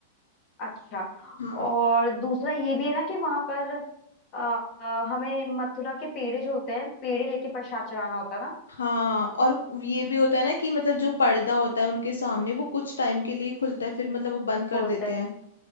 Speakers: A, on the left; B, on the left.
A: अच्छा
B: हाँ
A: और दूसरा ये भी है ना कि वहां पर अ, अ, हमें मथुरा के पेड़े जो होते हैं पेड़े लेके प्रसाद चढ़ाना होता है ना
B: हाँ और ये भी होता है ना कि मतलब जो पर्दा होता है उनके सामने वो कुछ टाइम के लिए खुलता है फिर मतलब वो बंद कर
A: खोलते
B: देते
A: हैं
B: हैं